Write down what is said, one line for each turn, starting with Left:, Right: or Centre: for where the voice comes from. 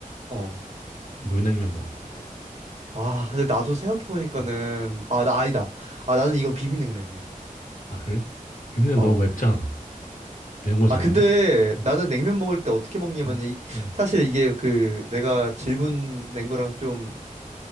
Right: 어.
Left: 물냉면 먹을 것 같아
Right: 아, 근데 나도 생각해보니까는,
Left: 음.
Right: 아, 나 아니다. 아, 나는 이건 비빔냉면이야.
Left: 아 그래 비빔냉면
Right: 어.
Left: 너무 맵잖아 매운 거 잘
Right: 아, 근데
Left: 먹어 어,
Right: 나는 냉면 먹을 때 어떻게 먹냐면,
Left: 어,
Right: 이,
Left: 어.
Right: 사실 이게 그 내가 질문 낸 거랑 좀